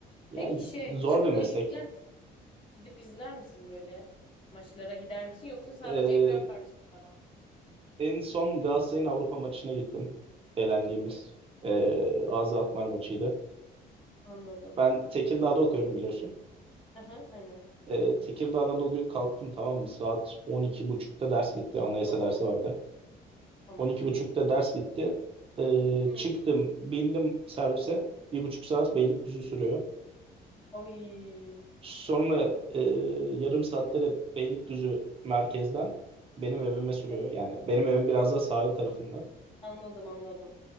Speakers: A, on the right (about 35°); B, on the left (about 30°).
A: Yani
B: Peki şey
A: zor
B: hiç öyle
A: bir meslek.
B: izleyen Gidip izler misin böyle maçlara gider misin yoksa sadece
A: E,
B: ekran karşısında mı?
A: en son Galatasaray'ın Avrupa maçına gittim. Eğlendiğimiz
B: Hmm,
A: e, ağza Alkmaar maçıydı.
B: anladım.
A: Ben Tekirdağ'da okuyorum biliyorsun.
B: Aha, aynen.
A: E, Tekirdağ'dan o gün kalktım tamam mı? Saat on iki buçukta ders bitti. Anayasa
B: Abo
A: dersi vardı.
B: tamam.
A: On iki buçukta ders bitti. Ee,
B: Hmm,
A: çıktım, bindim servise. Bir buçuk saat Beylikdüzü sürüyor.
B: oy.
A: Sonra e, yarım saatte de Beylikdüzü merkezden benim evime sürüyor.
B: Ay,
A: Yani benim evim biraz da sahil tarafında.
B: anladım anladım.